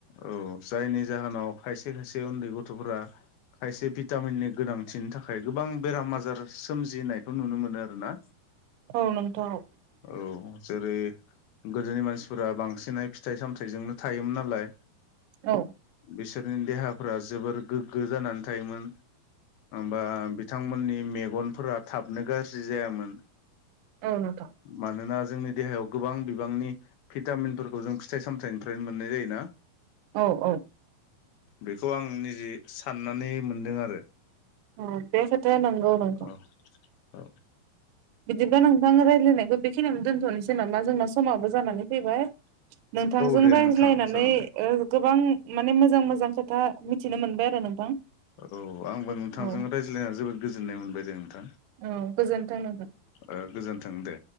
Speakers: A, on the left; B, on the right.
A: औ जायनि जाहोनाव खायसे खायसे उन्दै गथ'फोरा खायसे भिटामिननि गोनांथिनि थाखाय गोबां बेराम आजार सोमजिनायखौ नुनो मोनो आरोना
B: औ नोंथां औ
A: औ जेरै गोदोनि मानसि फुरा बांसिनहै फिथाइ सामथायाइजोंनो थायोमोन नालाय
B: औ
A: बिसोरनि देहाफोरा जोबोर गोग्गो जानानै थायोमोन। बा बिथांमोननि मेगनफोरा थाबनो गाज्रि जायामोन।
B: औ नोंथां
A: मानोना जोंनि देहायाव गोबां बिबांनि भिटामिनफोरखौ जों फिथाइ सामथाय फिथाइनिफ्रायनो मोननाय जायो ना।
B: औ औ
A: बेखौ आं निजे साननानै मोनदों आरो
B: अ बे खोथाया नंगौ नोंथां।
A: औ औ
B: बिदिब्ला नोंथां रायलायनायखौ बेखनियावनो दोनथ'नोसै। जेन'बा जोंनाव समाबो जानानै फैबाय नोंथांजों
A: दे
B: रायज्लायनानै
A: नोंथां जागोन दे
B: ओ गोबां माने मोजां-मोजां खोथा मिथिनो मोनबाय आरो नोंथां।
A: औ आंबो। नोंथांजों
B: औ
A: राय्लायनानै जोबोद गोजोननाय मोनबाय दे नोंथां।
B: औ गोजोनथों नोंथां।
A: ओ गोजोन्थों दे